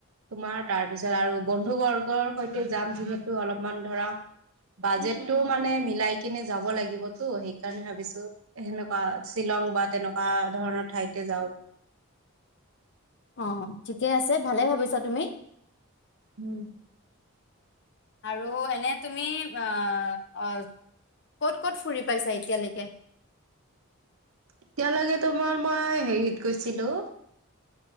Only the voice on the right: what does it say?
তোমাৰ তাৰপিছত আৰু বন্ধু বৰ্গৰ সৈতেও যাম যিহেতু অলপমান ধৰা বাজেটটোও মানে মিলাই কিনে যাব লাগিবতো সেইকাৰণে ভাবিছো সেনেকুৱা শ্বিলং বা তেনেকুৱা ধৰণৰ ঠাইতে যাওঁ।
উম।
এতিয়ালৈকে তোমাৰ মই হেৰিত গৈছিলো